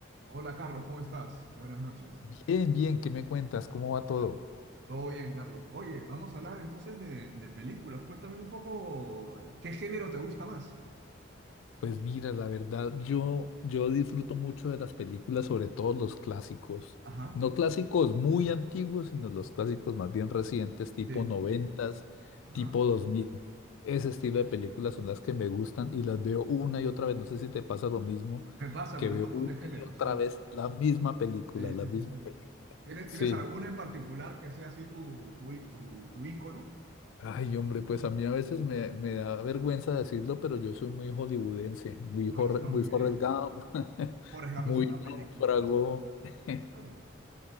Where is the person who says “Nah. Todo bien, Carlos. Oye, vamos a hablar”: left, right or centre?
Right